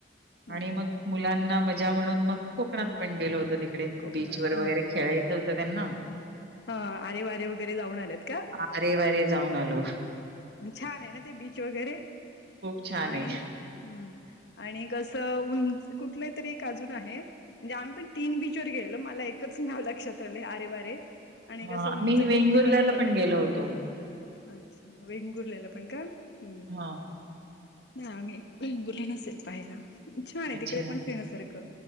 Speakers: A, on the left (about 65°); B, on the right (about 60°).
A: हम्म
B: आणि
A: हम्म
B: मग मुलांना मजा म्हणून मग कोकणात पण गेलो होत तिकडे
A: कोकणात
B: बीच व वगैरे खेळायचं होत त्यांना
A: ह आरे वारे वगैरे जाऊन आलेत का
B: अरे वरे जाऊन आलो
A: छान आहे ना ते बीच वगैरे
B: खूप छान
A: आणि
B: आहे.
A: ह आणि कसं उंच कुठलं तरी काजून आहे म्हणजे आम्ही पण तीन बीचवर गेलेलो मला एकच नाव लक्षात राहिले अरे वरे आणि
B: अ,
A: कसं
B: आम्ही
A: उंच
B: वेंगुर्ल्याला
A: टेकडीवर आहे बघा
B: पण गेलो होतो.
A: अच्छा वेंगुरलेलं पण का हम्
B: हां,
A: नाही आम्ही बुरलं नसेल पाहायला छान आहे
B: अच्छा.
A: तिकडे पण फिण्यासारखं